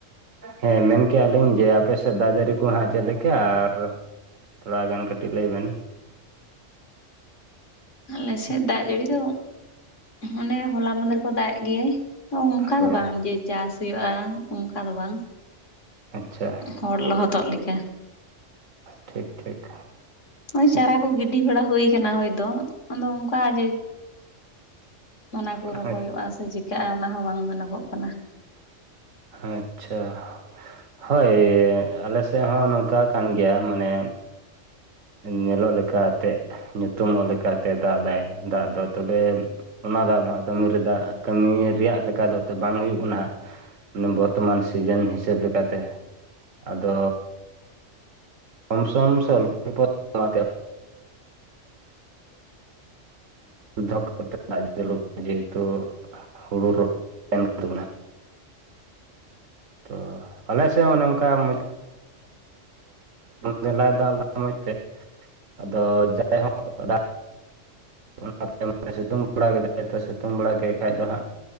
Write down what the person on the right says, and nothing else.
ᱦᱮᱸ ᱢᱮᱱ ᱠᱮᱜᱼᱟ ᱞᱤᱧ ᱡᱮ ᱟᱯᱮ ᱥᱮᱫ ᱫᱟᱜ ᱡᱟᱨᱤ ᱠᱚ ᱦᱟᱸᱜ ᱪᱮᱫ ᱞᱮᱠᱟ ᱟᱨ ᱛᱷᱚᱲᱟ ᱜᱟᱱ ᱠᱟᱹᱴᱤᱡ ᱞᱟᱹᱭ ᱵᱮᱱ
ᱦᱳᱭ
ᱟᱪᱪᱷᱟ
ᱴᱷᱤᱠ ᱴᱷᱤᱠ
ᱟᱪᱪᱷᱟ
ᱟᱪᱪᱷᱟ ᱦᱳᱭ ᱟᱞᱮ ᱥᱮᱫ ᱦᱚᱸ ᱱᱚᱝᱠᱟ ᱠᱟᱱ ᱜ ᱜᱮᱭᱟ ᱢᱟᱱᱮ ᱧᱮᱞᱚᱜ ᱞᱮᱠᱟ ᱛᱮ ᱧᱩᱛᱩᱢᱚᱜ ᱞᱮᱠᱟᱛᱮ ᱫᱟᱜ ᱫᱟᱭ ᱛᱚᱵᱮ ᱚᱱᱟ ᱫᱟᱜ ᱫᱚ ᱦᱟᱜ ᱠᱟᱹᱢᱤ ᱨᱮ ᱠᱟᱹᱢᱤ ᱨᱮᱭᱟᱜ ᱞᱮᱠᱟ ᱫᱚ ᱛᱚ ᱵᱟᱝ ᱦᱩᱭᱩᱜ ᱠᱟᱱᱟ ᱦᱟᱜ ᱵᱚᱨᱛᱚᱢᱟᱱ ᱥᱤᱡᱟᱹᱱ ᱦᱤᱥᱟᱹᱵ ᱞᱮᱠᱟ ᱛᱮ ᱟᱫᱚ ᱠᱚᱢᱥᱚᱢ ᱥᱮ ᱚᱞᱯᱚᱯᱚᱟᱭ ᱦᱩᱭᱩᱜ <inaudible> ᱚ ᱠᱟᱛᱮ ᱡᱮᱦᱮᱛᱩ ᱦᱩᱲᱩ ᱨᱚᱦᱚᱭ <inaudible> ᱛᱟᱵᱚᱱᱟ ᱛᱚ ᱟᱞᱮ ᱥᱮᱫ ᱚᱱᱮ ᱚᱱᱠᱟ ᱢᱚᱡᱽ ᱢᱮᱞᱟᱭ ᱫᱟ ᱚᱱᱟ ᱢᱚᱡᱽ ᱛᱮ ᱟᱫᱚ ᱡᱟᱭ ᱦᱚᱸ <inaudible> ᱚᱱᱟ ᱛᱟᱭᱚᱢ ᱥᱤᱛᱩᱝ ᱵᱟᱲᱟ ᱠᱮᱫᱟᱭ ᱛᱚ ᱥᱤᱛᱩᱝ ᱵᱟᱲᱟ ᱠᱮᱫ ᱠᱷᱟ ᱫᱚ ᱦᱟᱸᱜ